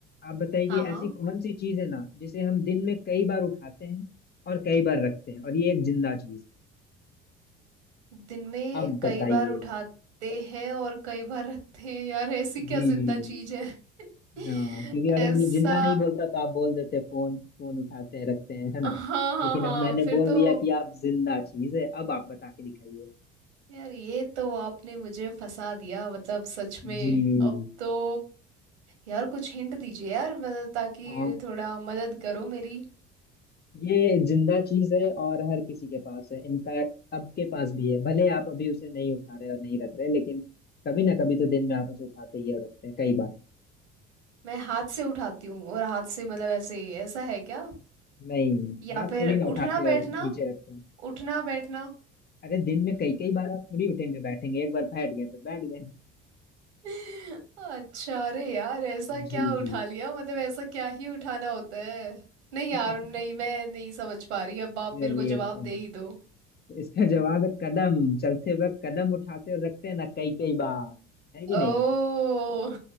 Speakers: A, on the left; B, on the right.
A: आप बताइए
B: हाँ
A: कि
B: हाँ
A: ऐसी कौन सी चीज है ना जिसे हम दिन में कई बार उठाते हैं और कई बार रखते हैं और ये एक जिंदा चीज है
B: दिन में
A: अब
B: कई
A: बताइए
B: बार उठाते हैं और कई बार रखते हैं यार ऐसी क्या
A: जी
B: जिंदा चीज है <laughs>
A: हाँ क्योंकि अगर
B: ऐसा
A: नि- जिंदा नहीं बोलता तो आप बोल देते फोन फोन उठाते हैं रखते हैं है ना
B: हाँ हाँ
A: लेकिन
B: हाँ
A: अब मैंने
B: फिर
A: बोल
B: तो
A: दिया कि आप जिंदा चीज है अब आप बता के दिखाइए
B: यार ये तो आपने मुझे फंसा दिया मतलब सच में
A: जी
B: अब तो यार कुछ हिंट दीजिए यार मतलब ताकि
A: आ,
B: थोड़ा मदद करो मेरी
A: ये जिंदा चीज है और हर किसी के पास है इनफैक्ट आपके पास भी है भले आप अभी उसे नहीं उठा रहे और नहीं रख रहे लेकिन कभी ना कभी तो दिन में आप उसे उठाते ही हैं और रखते हैं कई बार
B: मैं हाथ से उठाती हूँ और हाथ से मतलब ऐसे ऐसा है क्या
A: नहीं
B: या
A: हाथ
B: फिर
A: थोड़ी ना उठाते
B: उठना बैठना
A: और नीचे रखते हैं
B: उठना बैठना
A: अरे दिन में कई कई बार आप थोड़ी उठेंगे बैठेंगे एक बार बैठ गए तो बैठ गए
B: <laughs> अच्छा अरे यार ऐसा क्या
A: जी
B: उठा
A: जी
B: लिया मतलब ऐसा क्या ही उठाना होता है नहीं
A: <laughs>
B: यार नहीं मैं नहीं समझ पा रही अब आप
A: चलिए
B: मेरे को जवाब
A: तो
B: दे ही दो
A: इसका जवाब है कदम चलते वक्त कदम उठाते और रखते हैं ना कई कई बार है कि
B: ओ
A: नहीं
B: <laughs>